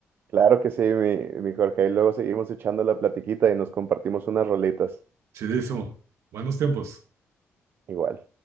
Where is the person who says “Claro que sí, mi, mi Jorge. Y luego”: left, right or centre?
Right